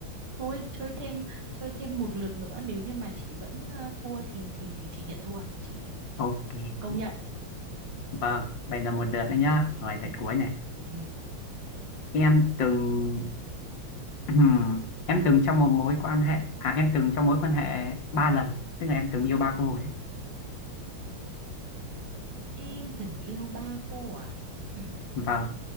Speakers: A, on the right; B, on the left.
A: Thôi chơi thêm chơi thêm một lượt nữa nếu như mà chị vẫn ờ, thua thì thì thì chị nhận thua. Chị
B: <laughs> ok
A: công nhận
B: Vâng, vậy là một lượt nữa nhá. Rồi
A: ừ
B: lượt cuối này.
A: ừ
B: Em từng <clears throat> em từng trong một mối quan hệ à em từng trong mối quan hệ ba lần, tức là em từng yêu ba cô ấy.
A: em từng yêu ba cô à Hừm,
B: Vâng.